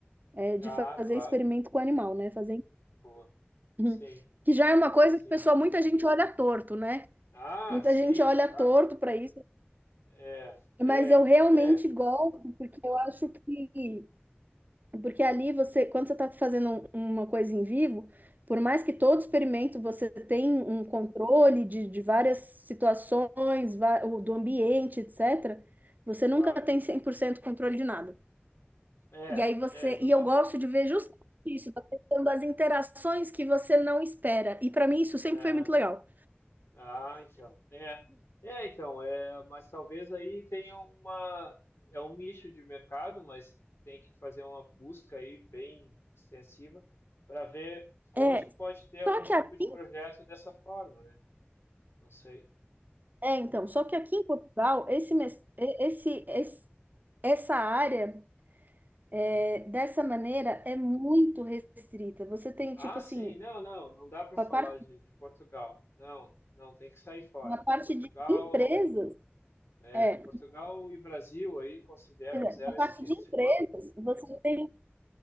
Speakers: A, on the right; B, on the left.
A: é de
B: Ah,
A: fazer
B: claro.
A: experimento com animal, né? Fazer
B: Boa.
A: Uhum.
B: Sim,
A: Que já é uma coisa
B: sim.
A: que, pessoal, muita gente olha torto, né?
B: Ah,
A: Muita
B: sim,
A: gente olha
B: claro.
A: torto para isso,
B: É, é,
A: mas eu realmente
B: é.
A: gosto, porque eu acho que. Porque ali você, quando você está fazendo um- uma coisa em vivo, por mais que todo
B: Uhum,
A: experimento você tem um controle de, de várias situações, va- o- do ambiente, etc., você
B: claro.
A: nunca tem 100% controle de nada.
B: É,
A: E aí você.
B: é, exatamente.
A: E eu gosto de ver justamente isso, da questão das interações que você não espera. E para mim isso sempre
B: É.
A: foi muito legal.
B: Ah, então. É. É, então, é, mas talvez aí tenha uma, é um nicho de mercado, mas tem que fazer uma busca aí bem extensiva para ver onde
A: É,
B: que pode ter algum
A: só que
B: tipo
A: aqui,
B: de projeto dessa forma, né? Não sei.
A: é, então,
B: É,
A: só que aqui em Portugal, esse, mes- e- esse, esse- essa área, é,
B: é.
A: dessa maneira, é muito restrita. Você tem,
B: Ah,
A: tipo assim,
B: sim, não, não, não dá para
A: a
B: falar
A: parte,
B: de, de Portugal. Não, não, tem que sair fora.
A: na parte
B: Portugal,
A: de empresas,
B: é,
A: é,
B: Portugal e Brasil aí consideram
A: pois é,
B: zero
A: na
B: à
A: parte
B: esquerda.
A: de empresas, você tem,